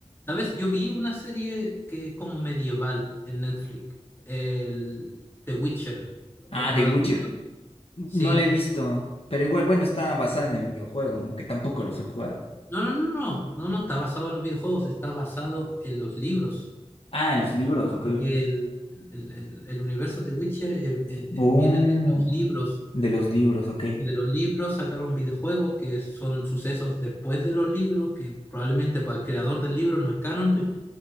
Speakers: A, on the left (about 20°); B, on the left (about 60°).
A: ¿Sabes? Yo vi una serie que es como medieval en Netflix, el The Witcher.
B: Ah,
A: ¿Lo, lo
B: The
A: has
B: Witcher.
A: visto?
B: No
A: Sí.
B: la he visto, pero igual, bueno, está basada en el videojuego, ¿no? Que tampoco los he jugado.
A: No, no, no, no, no, no está basado en los videojuegos, está basado en los libros,
B: Ah, en los libros, ok.
A: porque el, el- el- el universo de Witcher eh, eh, eh,
B: Oh,
A: viene de los libros,
B: de los libros, ok.
A: y de los libros sacaron videojuegos que son sucesos después de los libros, que probablemente para el creador del libro no es canon, <laughs>